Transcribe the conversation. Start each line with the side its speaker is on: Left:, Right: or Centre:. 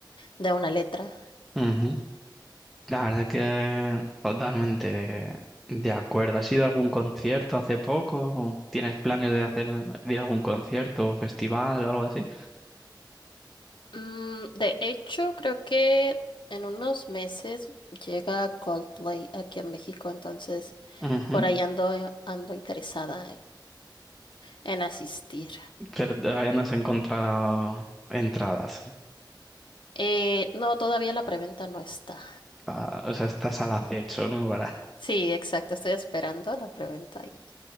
Left: de una letra.
Centre: ujú. La verdad que totalmente de acuerdo. ¿Has ido a algún concierto hace poco? ¿O ¿Tienes planes de hacer de ir a algún concierto o festival o algo así?
Left: Mm, de hecho, creo que en unos meses llega Coldplay aquí a México, entonces
Centre: Ujú.
Left: por ahí ando, eh, ando interesada en, en asistir.
Centre: Pero todavía no has encontrado entradas.
Left: Eh, no, todavía la preventa no está.
Centre: Ah, o sea, estás al acecho, ¿no? Para-
Left: Sí, exacto, estoy esperando la preventa y,